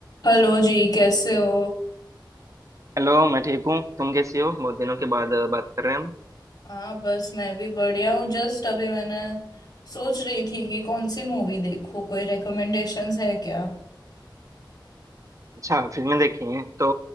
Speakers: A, on the left (about 55°); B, on the right (about 40°).
A: Hello जी कैसे हो
B: Hello मैं ठीक हूँ तुम कैसी हो बहुत दिनों के बाद अ, बात कर रहे हैं हम
A: हाँ बस मैं भी बढ़िया हूँ जस्ट अभी मैंने सोच रही थी कि कौन सी मूवी देखूँ कोई रिकमेंडेशंस है क्या
B: अच्छा फिल्में देखी हैं तो